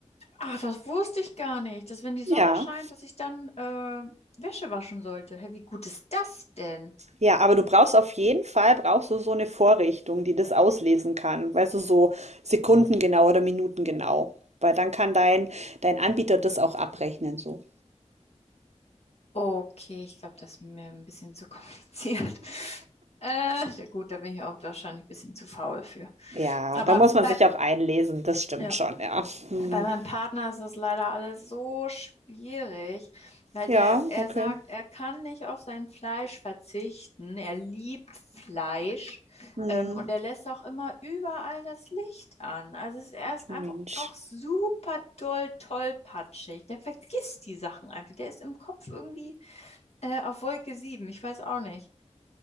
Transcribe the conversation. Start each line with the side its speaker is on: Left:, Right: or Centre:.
Left: Ach, das wusste ich gar nicht, dass wenn die Sonne
Right: Ja.
Left: scheint, dass ich dann äh, Wäsche waschen sollte. Hä, wie gut ist das denn?
Right: Ja, aber du brauchst auf jeden Fall brauchst du so eine Vorrichtung, die das auslesen kann, weißt du, so sekundengenau oder minutengenau, weil dann kann dein dein Anbieter das auch abrechnen so.
Left: Okay, ich glaube, das ist mir ein bisschen zu kompliziert. <laughs> Äh, ja gut, da bin ich auch wahrscheinlich ein bisschen zu faul für.
Right: Ja,
Left: Aber
Right: da muss
Left: beim,
Right: man sich auch einlesen, das stimmt
Left: Ja.
Right: schon, ja. Mhm.
Left: Bei meinem Partner ist das leider alles so schwierig, weil
Right: Ja,
Left: der, er
Right: okay.
Left: sagt, er kann nicht auf sein Fleisch verzichten. Er liebt Fleisch,
Right: Mhm.
Left: ähm, und er lässt auch immer überall das Licht an. Also es, er ist
Right: Mensch.
Left: einfach auch super doll tollpatschig. Der vergisst die Sachen einfach. Der ist im Kopf irgendwie, äh, auf Wolke sieben. Ich weiß auch nicht.